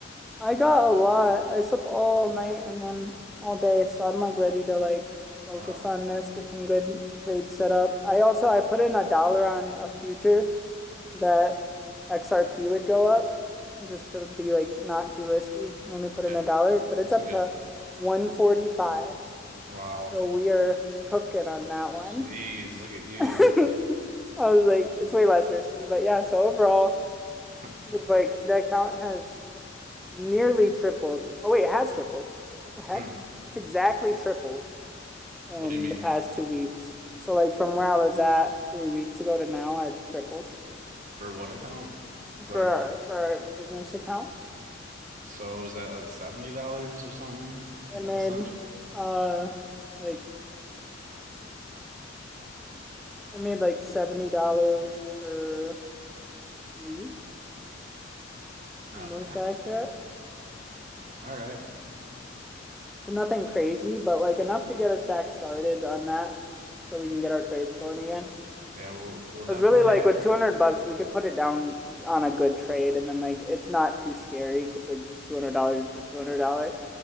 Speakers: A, in the centre; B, on the right (about 40°).
A: I got a lot. I slept all night and then all day, so I'm like ready to like focus
B: Oh,
A: on this, get some good trades set up. I also I put in a dollar on a future that XRP would go up just to be like not too risky. I only put in
B: yeah,
A: a dollar, but it's
B: that's
A: up
B: a good.
A: to 145.
B: Wow.
A: So we are cooking on that
B: Jeez,
A: one.
B: look at
A: <laughs>
B: you.
A: I was like, it's way less risky, but yeah, so overall,
B: <laughs>
A: we've like the account has nearly tripled. Oh wait, it has tripled. What the heck?
B: Hmm.
A: It's exactly tripled in
B: What do you mean?
A: the past two weeks. So like from where I was at three weeks ago to now, it's tripled
B: For what account? Sorry.
A: for our, for our business accounts.
B: So is that like $70 or something
A: I made
B: essentially?
A: uh like I made like seventy dollars per week,
B: Okay.
A: most accurate.
B: All right.
A: So nothing crazy, but like enough to get us back started on that, so we can get our trades going again.
B: Yeah, we'll we'll definitely
A: I was really like
B: have
A: with 200 bucks we could put it down on a good trade and then like it's not too scary because like $200 is just $200